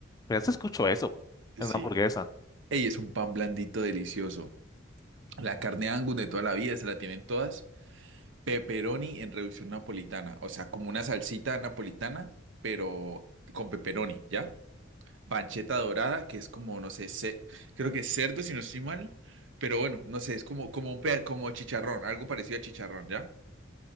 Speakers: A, on the left (about 20°); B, on the right (about 65°).
A: Pero se escuchó eso
B: Sí.
A: en una hamburguesa.
B: Ey, es un pan blandito delicioso. La carne Angus de toda la vida, se la tienen todas. Pepperoni en reducción napolitana, o sea, como una salsita napolitana, pero con pepperoni, ¿ya? Pancheta dorada, que es como, no sé, ce- creo que es cerdo, si no estoy mal, pero bueno, no sé, es como, como un peda- como chicharrón, algo parecido a chicharrón, ¿ya?